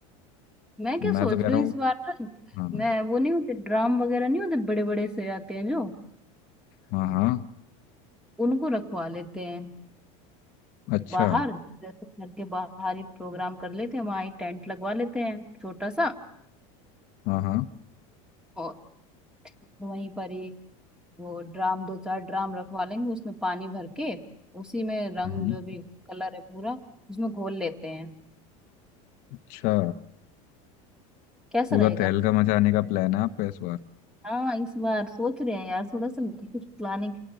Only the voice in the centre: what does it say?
मैं क्या सोच
रही
हूँ
इस बार ना
मैं वो नहीं होते ड्राम वगैरह नहीं होते बड़े बड़े से आते हैं जो
उनको रखवा लेते हैं
बाहर जैसे घर के बाहर ही प्रोग्राम कर लेते हैं वहां ही टेंट लगवा लेते हैं छोटा सा
और वहीं पर ही वो ड्राम दो चार ड्राम रखवा लेंगे उसमें पानी भर के उसी में रंग
जो भी कलर है पूरा उसमें घोल लेते हैं
कैसा
रहेगा
हाँ इस बार सोच रहे हैं यार थोड़ा सा कुछ प्लानिंग